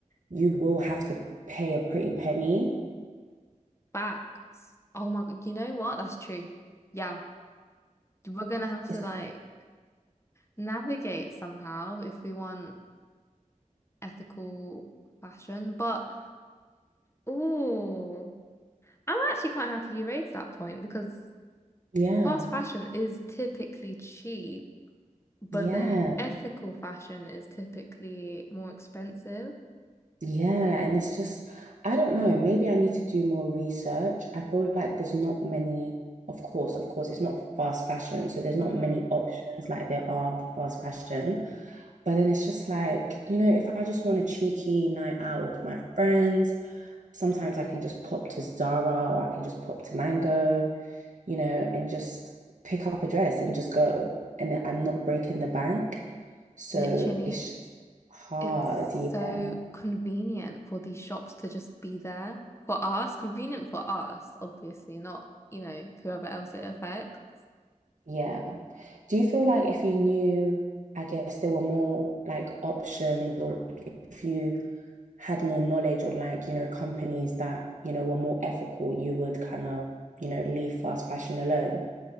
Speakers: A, on the right (about 65°); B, on the left (about 20°).
A: you will have to pay a pretty penny.
B: facts. Oh my God, you know what? That's true. Yeah, we're gonna have
A: It's
B: to like navigate somehow if we want ethical fashion. But oh, I'm actually quite happy you raised that point because
A: Yeah,
B: fast fashion is typically cheap, but
A: yeah,
B: then ethical fashion is typically more expensive.
A: yeah. And it's just, I don't know, maybe I need to do more research. I feel like there's not many, of course, of course, it's not fast fashion. So there's not
B: Mm.
A: many options like there are fast fashion. But then it's just like, you know, if I just want a cheeky night out with my friends, Sometimes I can just pop to Zara or I can just pop to Mango, you know, and just pick up a dress and just go. And I'm not breaking the bank. So
B: Literally,
A: it's just hard.
B: it's
A: Yeah.
B: so convenient for these shops to just be there for us, convenient for us, obviously, not, you know, whoever else it affects.
A: Yeah. Do you feel like if you knew, I guess there were more like options or like, if you had more knowledge on like, you know, companies that, you know, were more ethical, you would kind of, you know, leave fast fashion alone?